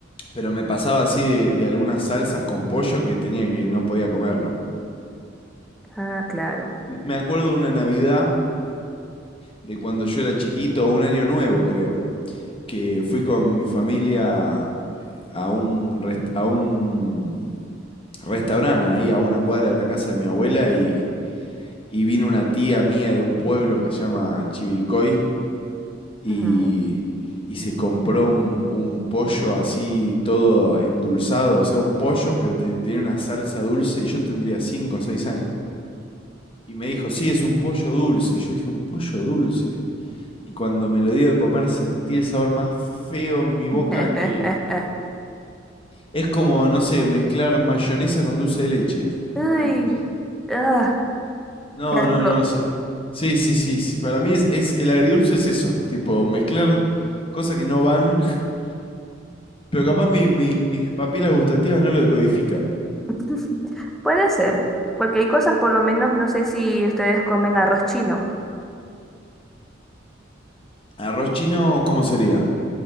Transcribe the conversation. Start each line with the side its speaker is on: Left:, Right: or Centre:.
Left: Pero me pasaba así de, de algunas salsas con pollo que tenía que no podía comerlo.
Centre: Ah, claro.
Left: Me acuerdo de una Navidad de cuando yo era chiquito, un año nuevo creo, que fui con mi familia a un, rest- a un restaurante ahí a una cuadra de la casa de mi abuela y, y vino una tía mía de un pueblo que se llama Chivilcoy y,
Centre: Ujú.
Left: y se compró un, un pollo así todo endulzado, o sea, un pollo que te- tenía una salsa dulce y yo tendría 5 o 6 años. Y me dijo, sí, es un pollo dulce. Y yo dije, ¿un pollo dulce? Y cuando me lo dio de comer sentí el sabor más feo en mi boca
Centre: <laughs>
Left: que... Es como, no sé, mezclar mayonesa con dulce de leche.
Centre: Uy,
Left: Como...
Centre: ah,
Left: No,
Centre: qué asco.
Left: no, no. es- Sí, sí, sí, sí. Para mí es, es- el agridulce es eso. Tipo, mezclar cosas que no van. <laughs> Pero capaz mi- mi- mis papilas gustativas no lo decodifican.
Centre: <laughs> Puede ser, porque hay cosas, por lo menos, no sé si ustedes comen arroz chino.
Left: ¿Arroz chino cómo sería?